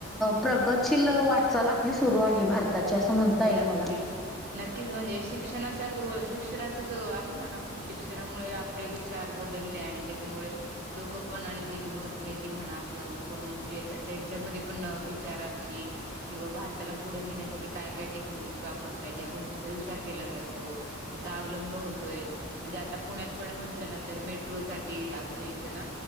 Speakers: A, on the right (about 55°); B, in the centre.
A: हम्म
B: प्रगतशील वाटचाल आपली सुरु आहे. भारताची असं
A: ह्ं..
B: म्हणता येईल
A: नक्कीच.
B: मला.
A: नक्कीच म्हणजे शिक्षणा त्यामुळं शिक्षणाचा जो आहे ना, काय म्हणतो शिक्षणामुळे आपले विचार बदलले आणि त्याच्यामुळे लोकं पण आणि जे नोद-नेते म्हणा किंवा कोण मंत्री येतात, त्यांच्यामध्ये पण विचारांची किंवा भारताला पुढे न्हेण्यासाठी काय-काय टेक्नॉलॉजी वापरता येईल, या गोष्टींचा विचार केला जातो. त्याचा अवलंब होतोय. म्हणजे आता पुण्यात पण म्हटल ना तर मेट मेट्रो साठी आमच्या इथं ना,